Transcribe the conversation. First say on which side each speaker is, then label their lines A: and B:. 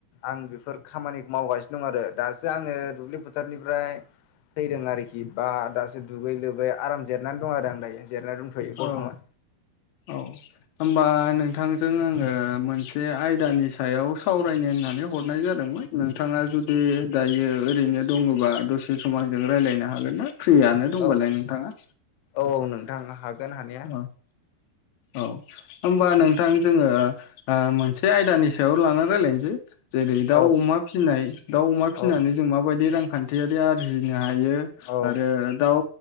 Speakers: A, on the left (about 90°); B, on the left (about 70°).
A: आं बेफोर फोर खामानिखौ मावगासिनो दं आरो दासो आङो दुब्लि फोथारनिफ्राय फैदों आरोखि बा दासो दुगै लोबै आराम जेरायनानै दं आरो आं दायो। जेरायना दंथ'यो बरथ'मान।
B: औ औ होमबा नोंथांजों आङो मोनसे आयदानि सायाव सावरायनो होननानै हरनाय जादों नोंथाङा जुदि दायो ओरैनो दङोबा दसे सम आंजों रायलायनो हागोन ना? फ्रियानो दंबालाय
A: औ
B: नोंथाङा?
A: औ नोंथां हागोन हानाया।
B: औ औ होमबा नोंथां जोङो ओ मोनसे आयदानि सायाव लानानै रायलायनोसै। जेरै दाउ,
A: औ
B: अमा फिनाय। दाउ, अमा फिनानै
A: औ
B: जों माबादि रांखान्थियारि आरजिनो नो हायो
A: औ
B: आरो दाउ